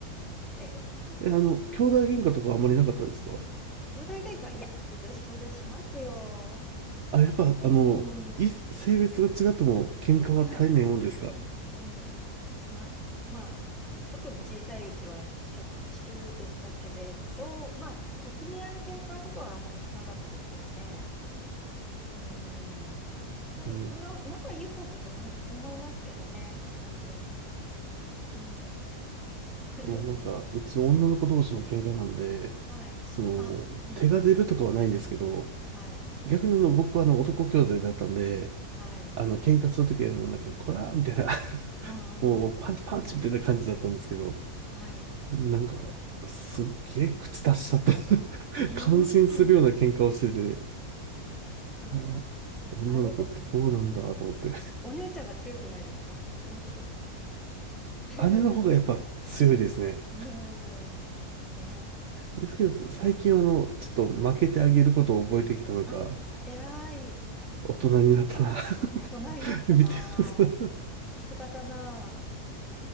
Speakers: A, in the centre; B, on the right.
A: て。
B: え、あの、兄弟喧嘩とかあんまりなかったですか
A: 兄弟喧嘩、いや、するするしますよ。
B: あ、やっぱ、あの、
A: うーん。
B: い、性別が違っても喧嘩は絶えないもんですか
A: あ、うん、してます。まあ、特に小さいうちはしょっちゅうでしたけれど、まあ、取っ組み合いの喧嘩とかはあんまりしなかったですけどね。うーん。まあ、
B: うん。
A: な、仲いい方だと思い思いますけどね、多分。うん。<laughs>
B: もうなんか、うち女の子同士の喧嘩なんで、
A: はい。
B: その、
A: あ、うんうん。
B: 手が出るとかはないんですけど、
A: はい。
B: 逆にあの、僕はあの、男兄弟だったんで、
A: はい。
B: あの、喧嘩するときはもうなんか、こらーみたいな、<laughs>
A: うんうん。
B: もうパンチパンチみたいな感じだったんですけど、
A: うん。はい。
B: なんか、すっげえ口出しちゃった <laughs>
A: うーん。
B: 感心するような喧嘩をしてて、
A: そう。
B: あー女の子ってこうなんだと思って。
A: あれです。うん。お姉ちゃんが強くないですかそんなことない。<laughs>
B: 姉の方がやっぱ強いですね。
A: うん。ね。
B: ですけど、最近はあの、ちょっと負けてあげることを覚えてきたのか、
A: あ、偉い。
B: 大人になったな
A: 大人になったなあ。
B: <laughs> 見てます
A: さすがだなあ。